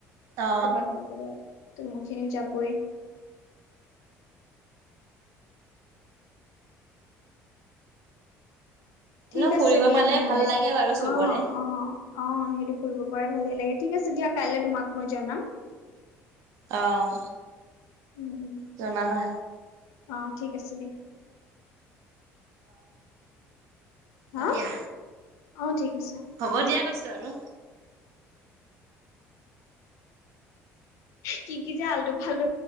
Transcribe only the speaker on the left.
কবাত নহয় কবাত। টো মোৰ খিনি যাবই। ঠিক
আছে
দিয়া
নহলে,
অ', অ', অ', সেইটো ফুৰিব পাৰা ভালেই লাগে, ঠিক আছে দিয়া কাইলে তোমাক মই জনাম।
উম উম
অ', ঠিক আছে দিয়া। হা
অ', ঠিক আছে।
কি কি যে আল্টু ফাল্টু।